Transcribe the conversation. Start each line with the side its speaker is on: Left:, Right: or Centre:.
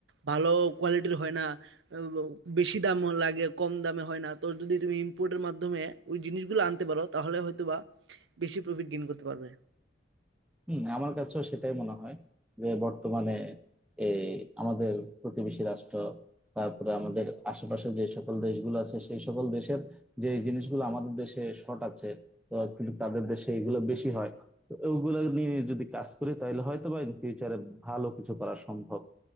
Right: ভালো কোয়ালিটির হয় না আহ, বেশি দাম লাগে কম দামে হয় না তো যদি তুমি ইম্পোর্টের মাধ্যমে ওই জিনিসগুলো আনতে পারো তাহলে হয়তো বা বেশি প্রফিট গেইন করতে পারবে
Centre: হম আমার কাছেও সেটাই মনে হয় যে বর্তমানে এই আমাদের প্রতিবেশী রাষ্ট্র তারপরে আমাদের আশেপাশে যে সকল দেশগুলো আছে সেই সকল দেশের যে জিনিসগুলো আমাদের দেশে শর্ট আছে তো কিন্তু তাদের দেশে এগুলো বেশি হয় তো ওগুলো নিয়ে যদি কাজ করি তাহলে হয়তো বা ইন ফিউচারে ভালো কিছু করা সম্ভব